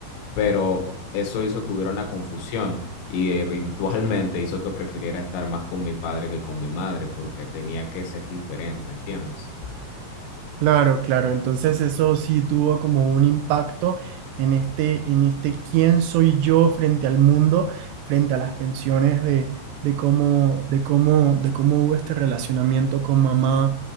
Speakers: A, on the left; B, on the right.
A: pero eso hizo que hubiera una confusión y eventualmente hizo que prefiriera estar más con mi padre que con mi madre porque tenía que ser diferente, ¿entiendes?
B: Claro, claro. Entonces eso sí tuvo como un impacto en este, en este quién soy yo frente al mundo, frente a las tensiones de, de cómo, de cómo, de cómo hubo este relacionamiento con mamá